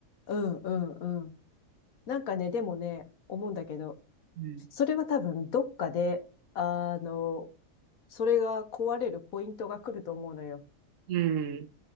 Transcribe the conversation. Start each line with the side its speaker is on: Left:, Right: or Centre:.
Left: うん、うん、うん。なんかね、でもね、思うんだけど、
Right: うん。
Left: それは多分どっかで、あの、それが壊れるポイントが来ると思うのよ。
Right: うん。